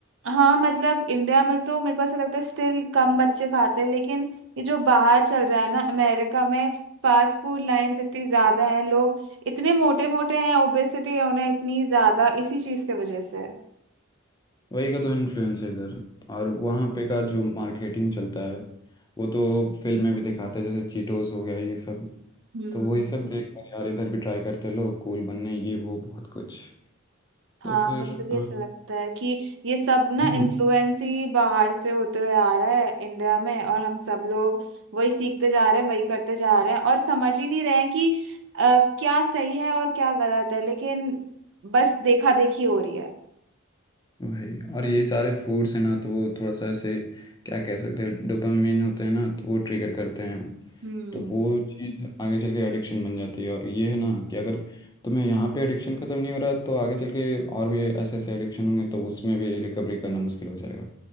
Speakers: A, on the right; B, on the left.
A: हाँ मतलब इंडिया में तो मेरे को ऐसा लगता है स्टिल कम बच्चे खाते हैं लेकिन ये जो बाहर चल रहा है ना अमेरिका में फास्ट फूड लाइन्स इतनी ज्यादा है लोग इतने मोटे मोटे हैं ओबेसिटी है उन्हें इतनी ज्यादा इसी चीज के वजह से
B: वही का तो इन्फ्लुएंस है इधर और वहाँ पे का जो मार्केटिंग चलता है वो तो फिल्म में भी दिखाते हैं जैसे चीटोस हो गया ये सब
A: हम्म
B: तो वही सब देख कर यार इधर भी ट्राई करते हैं लोग कूल बनने ये वो बहुत कुछ
A: हाँ
B: तो फिर
A: मुझे भी
B: हाँ
A: ऐसा लगता है कि ये सब ना
B: हम्म।
A: इन्फ्लुएंस ही बाहर से होते हुए आ रहा है इंडिया में और हम सब लोग वही सीखते जा रहे हैं वही करते जा रहे हैं और समझ ही नहीं रहे हैं कि अ, क्या सही है और क्या गलत है लेकिन बस देखा देखी हो रही है
B: भाई और ये सारे फूड्स हैं ना तो वो थोड़ा सा ऐसे क्या कह सकते हैं डोपामिन होते हैं ना तो वो ट्रिगर करते हैं
A: हम्म
B: तो वो चीज़ आगे चल के एडिक्शन बन जाती है और ये है ना कि अगर तुम्हें यहाँ पे एडिक्शन ख़त्म नहीं हो रहा तो आगे चल के और भी ऐसे ऐसे एडिक्शन होंगे तो उसमें भी रिकवरी करना मुश्किल हो जाएगा